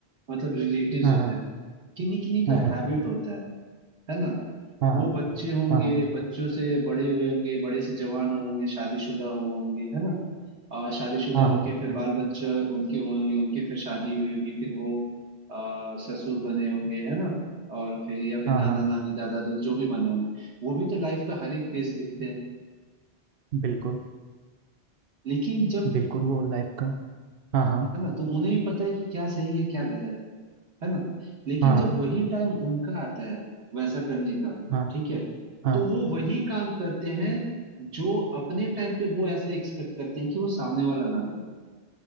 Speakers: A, on the right (about 85°); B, on the right (about 60°).
A: मतलब रिलेटिव्स
B: हाँ
A: होते हैं किन्हीं किन्हीं का
B: हाँ हाँ
A: हैबिट होता है है ना
B: हाँ
A: वो
B: हाँ
A: बच्चे होंगे
B: हाँ हाँ हाँ
A: बच्चों से बड़े हुए होंगे बड़े से जवान हुए होंगे शादीशुदा हुए होंगे है ना आ, शादीशुदा
B: हाँ
A: होके
B: हाँ
A: फिर बाल बच्चे उनके हुए होंगे उनके फिर शादी हुई होगी फिर वो आ, ससुर बने होंगे है ना और फिर या फिर
B: हाँ,
A: नाना
B: हाँ,
A: नानी दादा दादी जो भी बने होंगे वो भी तो लाइफ का हर एक फेज देखते हैं
B: बिल्कुल
A: लेकिन जब
B: बिल्कुल वो लाइफ का हाँ हाँ
A: है ना तो उन्हें भी पता है कि क्या सही है क्या गलत है है ना लेकिन
B: हाँ
A: जब वही टाइम उनका आता है वैसा करने का
B: हाँ
A: ठीक है
B: हाँ
A: तो वो वही काम करते हैं जो अपने टाइम पे वो ऐसा एक्सपेक्ट करते हैं कि वो सामने वाला ना करे